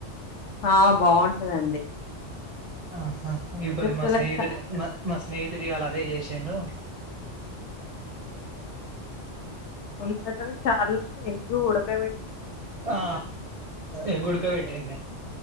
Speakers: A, on the left; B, on the right.
A: ఆ బాగుంటదండి
B: ఆహా ఇబ
A: ఉల్లిగడ్డల
B: మా స్నేహిత
A: చారు
B: మా స్నేహి తియాల అదే చేసండు
A: దుంట చార్లు ఎట్లు ఊడక
B: ఆ ఎగ్ ఉడుక వెట్టింది